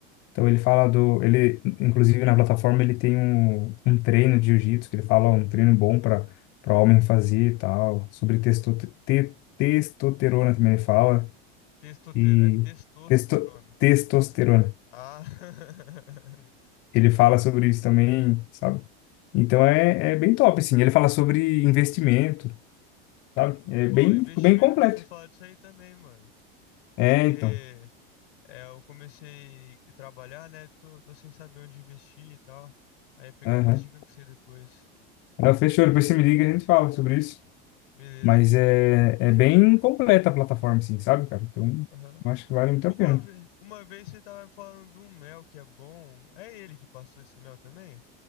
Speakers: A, on the left (about 40°); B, on the left (about 85°).
A: Então ele fala do, ele inclusive na plataforma ele tem um, um treino de jiu-jitsu que ele fala ó, um treino bom para para homem fazer, e tal. Sobre testo, te, testosterona também ele fala
B: Testosterona.
A: e
B: É testosterona.
A: testo, testosterona.
B: Ah. <laughs>
A: Ele fala sobre isso também, sabe? Então é, é bem top, assim. Ele fala sobre investimento, sabe? É
B: Pô,
A: bem,
B: investimento,
A: tipo, bem completo.
B: nós precisamos falar disso aí também, mano.
A: É,
B: Porque
A: então.
B: é, eu comecei a trabalhar, né? Tô, tô sem saber onde investir e tal. Aí é pegar
A: Aham.
B: umas dicas com você depois.
A: Ah, Fechou, depois você me liga e a gente fala sobre isso.
B: Beleza.
A: Mas é, é bem completa a plataforma, assim, sabe, cara? Então,
B: Aham.
A: eu acho que vale muito
B: Uma
A: a pena.
B: vez, uma vez você tava me falando de um mel que é bom. É ele que passou esse mel também?